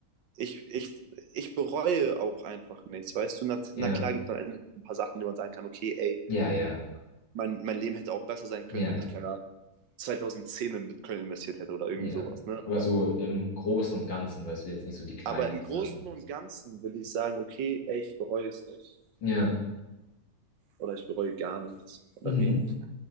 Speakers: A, on the right; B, on the left.
A: Ich, ich, ich bereue auch einfach nichts, weißt du? Na,
B: ja,
A: na klar gibt es am Ende ein paar Sachen, die man sagen kann, okay, ey,
B: ja, ja,
A: mein, mein Leben hätte auch besser sein können,
B: ja,
A: wenn ich, keine Ahnung, 2010 in Bitcoin investiert hätte oder irgendwie
B: ja.
A: sowas, ne?
B: Aber
A: Aber,
B: so im Großen und Ganzen, weißt du, jetzt nicht so die kleinen
A: aber im
B: Sachen.
A: Großen und Ganzen will ich sagen, okay, ey, ich bereue es nicht.
B: Ja,
A: Oder ich bereue gar nichts oder
B: mhm.
A: wenig.